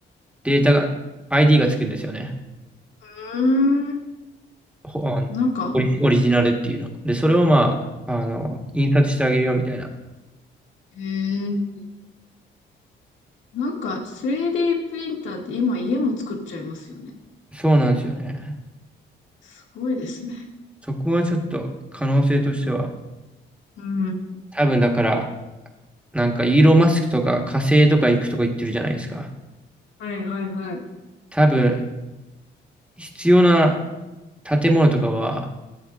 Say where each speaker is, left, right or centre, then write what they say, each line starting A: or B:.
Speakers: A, in the centre; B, on the left.
A: データが、ID がつくんですよね。
B: うーん、
A: ほあのオリ、
B: なんか、
A: オリジナルっていうの。で、それをまあ、あの、印刷してあげるよみたいな。
B: ええ、なんか 3D プリンターって今家も作っちゃいますよね。
A: そうなんですよね。
B: すごいですね。
A: そこはちょっと可能性としては、
B: うん、
A: 多分だから、なんかイーロン・マスクとか火星とか行くとか言ってるじゃないですか。
B: はい、はい、はい。
A: 多分、必要な建物とかは、